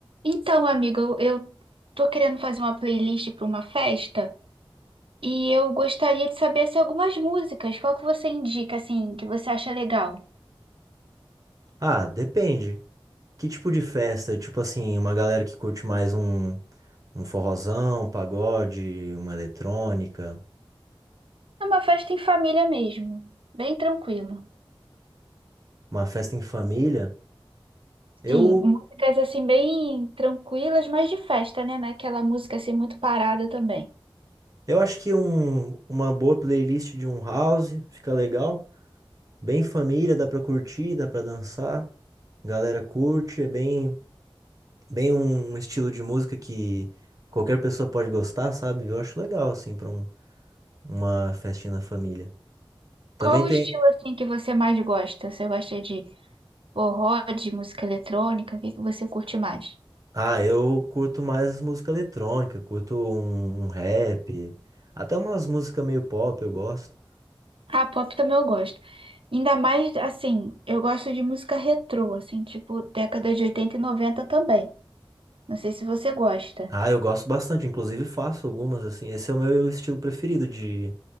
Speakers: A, on the right; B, on the right.
A: Então, amigo, eu tô querendo fazer uma playlist para uma festa e eu gostaria de saber se algumas músicas, qual que você indica assim, que você acha legal?
B: Ah, depende. Que tipo de festa? Tipo assim, uma galera que curte mais um, um forrozão, um pagode, uma eletrônica,
A: É uma festa em família mesmo, bem tranquilo.
B: uma festa em família. Eu,
A: Sim, músicas assim bem tranquilas, mas de festa, né? Não é Aquela música assim muito parada também.
B: eu acho que um, uma boa playlist de um house fica legal. Bem família, dá pra curtir, dá pra dançar. Galera curte, é bem, bem um, um estilo de música que qualquer pessoa pode gostar, sabe? Eu acho legal, assim, pra um, uma festinha na família. Também
A: Qual o
B: tem.
A: estilo assim que você mais gosta? Você gosta de forró, de música eletrônica? O que que você curte mais?
B: Ah, eu curto mais música eletrônica, curto um, um rap, até umas músicas meio pop eu gosto.
A: Ah, pop também eu gosto. Ainda mais, assim, eu gosto de música retrô, assim, tipo década de 80 e 90 também. Não sei se você gosta.
B: Ah, eu gosto bastante, inclusive faço algumas assim. Esse é o meu estilo preferido de,